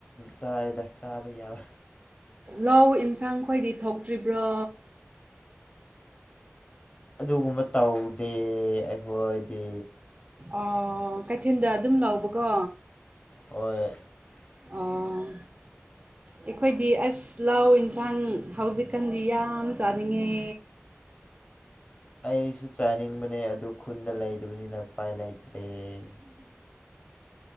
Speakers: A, on the left; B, on the right.
A: ꯆꯥꯏꯗꯐ ꯆꯕ ꯌꯥꯕ
B: ꯂꯧ ꯑꯦꯟꯁꯥꯡ ꯈꯣꯏꯗꯤ ꯊꯣꯛꯇ꯭ꯔꯤꯕ꯭ꯔꯣ
A: ꯑꯗꯨꯒꯨꯝꯕ ꯇꯧꯗꯦ ꯑꯩꯈꯣꯏꯗꯤ
B: ꯑꯣ ꯀꯩꯊꯦꯜꯗ ꯑꯗꯨꯝ ꯂꯧꯕꯀꯣ
A: ꯍꯣꯏ <inaudible>
B: ꯑꯣ ꯑꯩꯈꯣꯏꯗꯤ ꯑꯁ ꯂꯥꯎ ꯌꯦꯟꯁꯥꯡ ꯍꯧꯖꯤꯛꯀꯥꯟꯗꯤ ꯌꯥꯝ ꯆꯥꯅꯤꯡꯉꯦ
A: ꯑꯩꯁꯨ ꯆꯥꯅꯤꯡꯕꯅꯦ ꯑꯗꯨ ꯈꯨꯟꯗ ꯂꯩꯕꯅꯤꯅ ꯄꯥꯏ ꯂꯩꯇ꯭ꯔꯦ ꯑꯩ